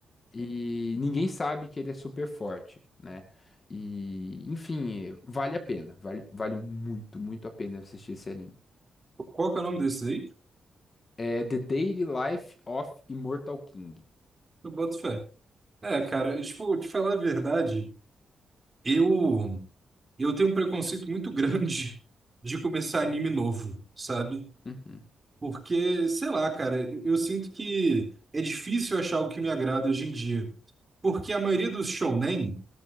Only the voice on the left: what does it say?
E ninguém sabe que ele é super forte, né? E enfim, vale a pena, vale, vale muito, muito a pena assistir esse anime.
É The Daily Life of Immortal King.
Uhum,